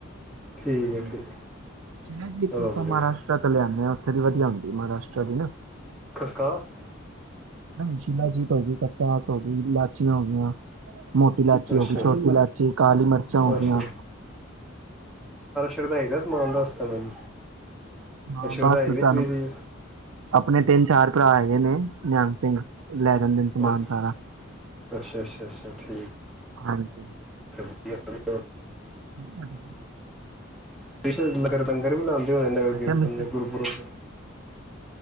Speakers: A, in the centre; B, on the right (about 85°).
A: ਠੀਕ ਹੈ
B: ਹੂੰ,
A: ਠੀਕ ਹੈ
B: ਇਹ ਚੀਜਾਂ
A: ਚਲੋ
B: ਆਪਾਂ
A: ਵਧੀਆ
B: ਮਹਾਰਾਸ਼ਟਟਰ ਤੋਂ ਲਿਆਦੇ ਹਾਂ। <unintelligible> ਲਿਆਦੀ। ਮਹਾਰਾਸ਼ਟਰ ਦੀ ਨਾ
A: ਖਸਖਾਸ
B: ਨਹੀਂ ਸ਼ਿਲਾਜੀਤ ਹੋ ਗਈ, ਖਸਖਾਸ ਹੋ ਗਈ, ਇਲਾਚੀਆਂ ਹੋ ਗਈਆ। ਮੋਟੀ ਇਲਾਚੀ
A: ਅੱਛਾ
B: ਹੋ ਗਈ, ਛੋਟੀ ਇਲਾਚੀ ਕਾਲੀ ਮਿਰਚਾਂ ਹੋ
A: ਅੱਛਾ
B: ਗਈਆ।
A: ਸ਼ਰਦਾਈ ਦਾ ਸਮਾਨ ਦੱਸਤਾ ਮੈਨੂੰ
B: ਹਾਂ,
A: ਸ਼ਰਧਾਈ
B: ਬਸ ਤੁਹਾਨੂੰ
A: ਵਿੱਚ ਵੀ ਸੀ
B: ਆਪਣੇ ਤਿੰਨ- ਚਾਰ ਭਰਾ ਹੈ। ਨਹੀਂ, ਨਹੀਂ ਨਿਹੰਗ ਸਿੰਘ ਲੈ ਜਾਂਦੇ ਸਮਾਨ
A: ਅੱਛਾ
B: ਸਾਰਾ
A: ਅੱਛਾ, ਅੱਛਾ, ਅੱਛਾ ਠੀਕ।
B: ਹਾਂਜੀ।
A: <unintelligible>
B: ਹਾਂਜੀ।
A: ਬੇਸ਼ੱਕ ਲੰਗਰ ਵੀ ਲਾਉਂਦੇ। ਨਗਰ
B: ਮੈਂ
A: ਕੀਰਤਨ
B: ਕਿਹਾ ਮਿਸਿਸ
A: ਤੇ ਗੁਰਪੁਰਬ ਤੇ